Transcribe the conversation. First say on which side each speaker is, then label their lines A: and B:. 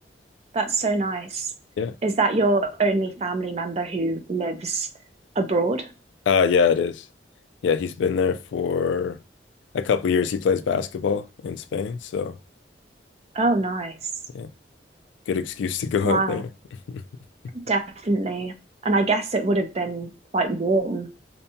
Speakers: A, on the right (about 35°); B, on the left (about 80°).
A: that's so nice.
B: Yeah.
A: Is that your only family member who lives abroad?
B: Uh yeah, it is. Yeah, he's been there for a couple years. He plays basketball in Spain, so
A: Oh, nice.
B: yeah, good excuse to go
A: Wow.
B: out there. <laughs>
A: Definitely. And I guess it would have been quite warm